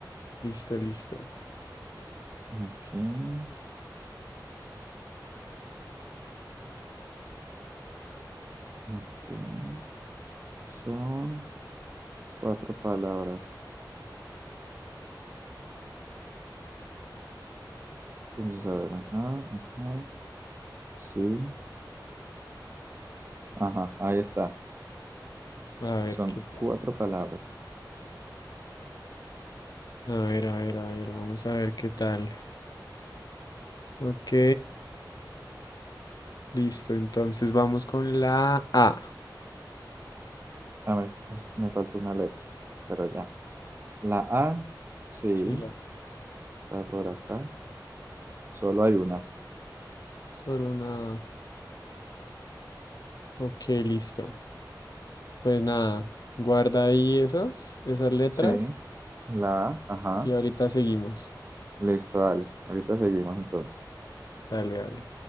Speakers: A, on the left; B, on the right.
A: Listo, listo.
B: Aquí, ok. Son cuatro palabras. Entonces, a ver, ajá, ajá, sí. Ajá, ahí está.
A: A ver
B: Son
A: qué tal.
B: cuatro palabras.
A: A ver, a ver, a ver. Vamos a ver qué tal. Ok. Listo. Entonces vamos con la A.
B: Ah, me, me falta una letra, pero ya. La A, sí,
A: Sí, la.
B: está por acá. Solo hay una.
A: Solo una A. Ok, listo. Pues nada, guarda ahí esas, esas letras
B: Sí, la A, ajá.
A: y ahorita seguimos.
B: Listo, dale. Ahorita seguimos entonces.
A: Dale, dale.